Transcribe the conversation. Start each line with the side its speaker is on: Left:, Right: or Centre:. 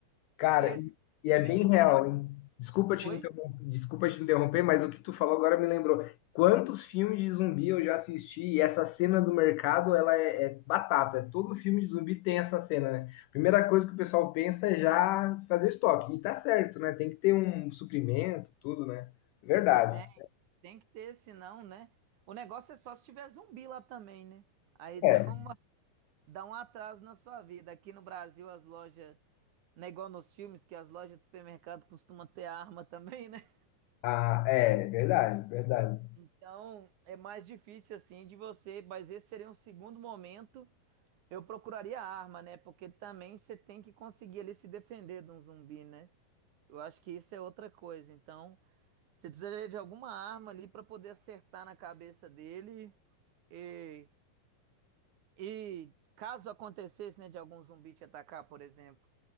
Left: cara,
Right: porque
Left: e e
Right: depende
Left: é bem
Right: muito
Left: real,
Right: de.
Left: hein? Desculpa te
Right: Oi?
Left: interromper, desculpa te interromper, mas o que tu falou agora me lembrou. Quantos filmes de zumbi eu já assisti e essa cena do mercado, ela é, é batata. Todo filme de zumbi tem essa cena, né? Primeira coisa que o pessoal pensa é já fazer estoque. E tá certo, né? Tem que ter um suprimento, tudo, né? Verdade.
Right: Tem. Tem que ter, senão, né? O negócio é só se tiver zumbi lá também, né? Aí <laughs> dá
Left: É,
Right: uma, dá um atraso na sua vida. Aqui no Brasil, as lojas, não é igual nos filmes, que as lojas de supermercado costumam ter arma <laughs> também, né?
Left: ah, é verdade, verdade.
Right: Então, é mais difícil assim de você, mas esse seria um segundo momento. Eu procuraria a arma, né? Porque também você tem que conseguir ali se defender de um zumbi, né? Eu acho que isso é outra coisa. Então, você precisaria de alguma arma ali para poder acertar na cabeça dele e E caso acontecesse, né, de algum zumbi te atacar, por exemplo.